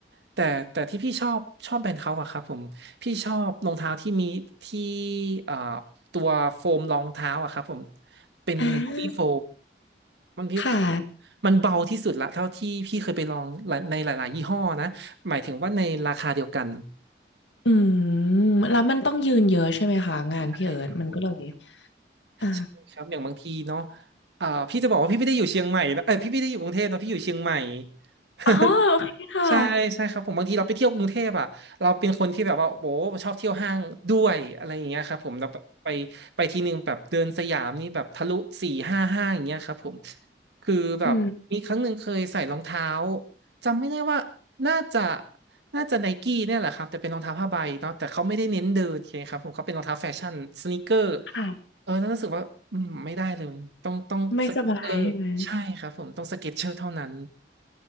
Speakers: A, on the right; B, on the left.
A: แต่แต่ที่พี่ชอบชอบแบรนด์เขาอะครับผมพี่ชอบรองเท้าที่มีที่เอ่อตัวโฟมรองเท้าอะครับผมเป็นเมมโมรี่โฟ
B: อ่า
A: มันพี่พี่
B: ค่ะ
A: มันเบาที่สุดละเท่าที่พี่เคยไปลองหลายในหลายๆยี่ห้อนะหมายถึงว่าในราคาเดียวกัน
B: อืมแล้วมันต้องยืนเยอะใช่ไหมคะงานพี่เอิร์ธมันก็เลย
A: ใช่ครับผม
B: อ่า
A: ใช่ครับอย่างบางทีเนาะอ่าพี่จะบอกว่าพี่ไม่ได้อยู่เชียงใหม่นะเออพี่ไม่ได้อยู่กรุงเทพนะพี่อยู่เชียงใหม่ <laughs>
B: อ๋อโอเคค่ะ
A: ใช่ใช่ครับผมบางทีเราไปเที่ยวกรุงเทพอ่ะเราเป็นคนที่แบบว่าโอ้ชอบเที่ยวห้างด้วยอะไรอย่างเงี้ยครับผมเราแบบไปไปทีนึงแบบเดินสยามนี่แบบทะลุสี่ห้าห้างอย่างเงี้ยครับผมคือแบบมีครั้งหนึ่งเคยใส่รองเท้า
B: อืม
A: จำไม่ได้ว่าน่าจะน่าจะไนกี้เนี่ยแหละครับแต่เป็นรองเท้าผ้าใบเนาะแต่เขาไม่ได้เน้นเดินโอเคครับผมเขาเป็นรองเท้าแฟชั่นสนีกเกอร์
B: ค่ะ
A: เออแล้วรู้สึกว่าอืมไม่ได้เลยต้องต้องสเก็ตเชอร์ใช่ครับผมต้องสเก็ตเชอร์เท่านั้น
B: ไม่สบายใช่ไหม